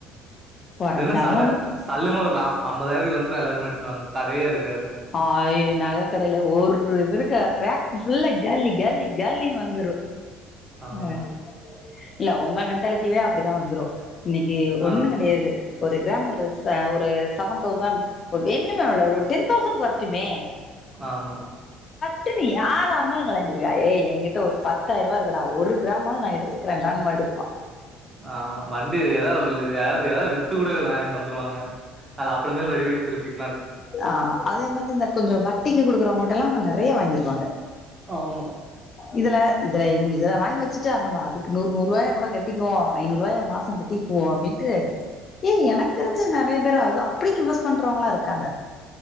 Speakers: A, on the left; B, on the right.
A: கொறஞ்சாலு
B: தின சட
A: ஒண்ணும்
B: சல்லுனு ஒரு நாப் ஐம்பதாயிரத்தக்கு வந்துச்சுன்னா எல்லாருமே எடுத் <unintelligible> கடையா இருக்
A: அய் நகை கடையில ஒரு இது இருக்க ராக் ஃபுல்லா காலி காலி காலி வந்துரு
B: ஆமா
A: ஆ இல்ல உங்க மென்டாலிட்டியே அப்படிதா வந்துரு இன்னைக்கு ஒண்ணு
B: ஆ
A: கிடையாது ஒரு கிராம் ஒரு ச ஒரு செவன் தௌசண்ட் ஒரு வேணுமே ரூட்டின் தௌசண்க்கு வரட்டுமே
B: ஆமா
A: <unintelligible> யாரா இருந்தாலு கலாச்சிடுவியா எய் எனங்கிட் ட ஒரு பத்தாயிரம் ரூபா இருக்குடா ஒரு கிராம நா எடுத்துக்கிறேன் டா எடுப்பா
B: ஆமா வண்டி ஏதாவது எத ஏதாவது வித்து கூட வாங்கிட்டு வந்துருவாங்க அது அப்புறமல ரெடி பண்ணி திருப்பிக்கலாம்ட்டு
A: ஆ அதே மாரி இந்த கொஞ்சோ வட்டிக்கு குடுக்குறவங்க ட எல்லா அவங்க நெறைய வாங்கிருவாங்க
B: ஆமா
A: இதுல இதுல இததுல வாங்கி வச்சுட்டு நம்ப அதுக்கு நூறு நூறு ரூபாயா கூட கட்டிக்குவோ ஐநூறு ரூபாயா மாசகட்டிவோ அப்படின்னுட்டு ஏய் எனக்கு தெரிஞ்ச நெறைய பேர் அது அப்படி இன்வெஸ்ட் பண்றவங்களா இருக்காங்க